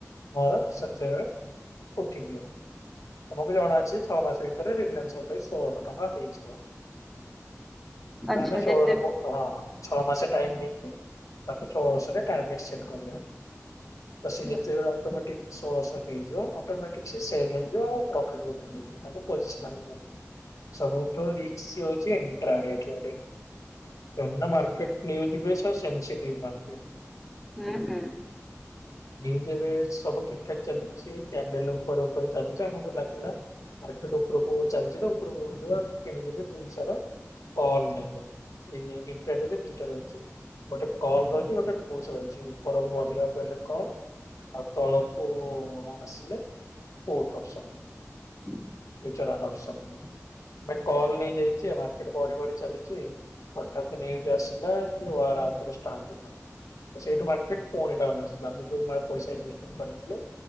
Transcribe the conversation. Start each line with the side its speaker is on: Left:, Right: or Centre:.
Left: ମୋର ସେତେବେଳେ ଉଠିଯିବ। ଆମକୁ ଜଣାଅଛି ଛଅ ମାସ ଭିତରେ ରିଲାନ୍ସ ର ପାଇଁ ଷୋଳଶହ ଟଙ୍କା ହେଇଯିବ।
Centre: ଆଚ୍ଛା
Left: ଆମେ ଷୋଳଶ
Centre: ଯେତେ
Left: ହଁ ଛଅ ମାସେ ଟାଇମ ନେଇ ତାକୁ ଷୋଳରେ ଟାର୍ଗେଟ ସେଟ କରିବା ସେ
Centre: ହୁଁ
Left: ଯେତେ ଅଟୋମେଟିକ ଷୋଳଶହ ହେଇଯିବ ଅଟୋମେଟିକ ସେ ସେଲ ହେଇଯିବ ଆଉ ପ୍ରଫିଟ୍ ମଧ୍ୟ ମିଳିଯିବ ତାକୁ ପୋଜଶୋନାଲ କୁହାଯି ସବୁଠୁ ରିକ୍ ହଉଛି କାହିଁକି ନା ମାର୍କଟ ନନ୍ୟୁଜ ବିଛ ସେନ୍ସିଟି ମାାର୍କଟ।
Centre: ହୁଁ ହୁଁ।
Left: ନ୍ୟୁଜ ଏବେ ସବୁ ଠିକ ଠାକ ଚାଲିଛି କ୍ୟାଣ୍ଡେଲ ଉପରେ ଉପରେ ଚାଲିଛି ଆମକୁ ଲାଗିଲା ମାର୍କେଟ ଉପରକୁ ଚାଲିଛି ତ ଉପରକୁ ବଯିବ ଆମେ କିଣିଦେଲେ ଦୁଇଶର କଲ ନେ ଏଇଇଟାଟ ଦିଟା ରହୁଛି ଗୋଟେ କଲ ରହିଛି ଗୋଟେ ପୋଷ ରହିଛି ଉପରକୁ ବଢିବାକୁ ହେଲେ କଲ ଆ ତଳପ ମାନସିଲ କଉଠ ଅପସନ।
Centre: ହୁଁ।
Left: ଆମେ କଲ ନେଇ ଯାଇଛେ ବଢି ବଢି ଚାଲିଛି। ନ୍ୟୁଜ୍ ଆସିଲା କି ଓ ଆଥିଲେଷ୍ଟାର୍ ହେଲା ସେଇଠ ମ ସେ ପୁଣି ଡାଉନ୍ ଅସିଲ ଯଉ ପଇସା ଇଷ୍ଟମ କରିଥିଲେ